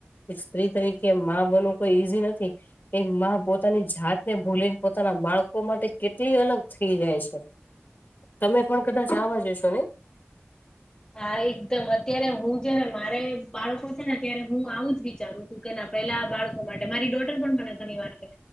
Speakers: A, on the left (about 45°); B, on the left (about 20°).
A: એક સ્ત્રી તરીકે માં બનવું કોઈ ઈઝી નથી. એક માં પોતાની જાત ને ભૂલીને પોતાના બાળકો માટે, કેટલી અલગ થઈ જાય છે, તમે પણ કદાચ એવા જ જશો
B: હા એકદમ અત્યારે હું જયારે મારે બાળકો છે, ને ત્યારે હું આવું જ વિચારું. શકે ના પેલા બાળકો માટે મારી ડોટર પણ મને ઘણી વાર કે